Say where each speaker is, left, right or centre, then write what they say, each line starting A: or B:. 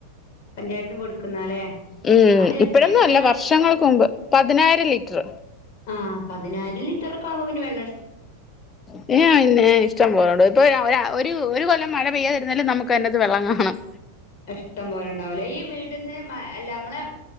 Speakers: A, on the left; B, on the left.
A: പഞ്ചായത്തിന് കൊടുക്കുന്നല്ലേ
B: ഉം
A: അത് എത്ര
B: ഇപ്പഴന്നും
A: ലിറ്റർ
B: അല്ല
A: ആയിരിക്കും
B: വർഷങ്ങൾക്ക് മുമ്പ് പതിനായിരം ലിറ്റർ
A: ആ പതിനായിരം ലിറ്ററൊക്കെ ആവുമ്പോൾ പിന്ന വെള്ള
B: പിന്നെ ഇഷ്ടം പോലണ്ട് ഇപ്പൊ ഒരു കൊല്ലം മഴ പെയ്യാതെ നമുക്ക് അതിനകത്ത് വെള്ളം കാണാം
A: ഇഷ്ടം പോലെ ഉണ്ടാവലേ ഈ വീട്ടിന്ന് അല്ല നമ്മളെ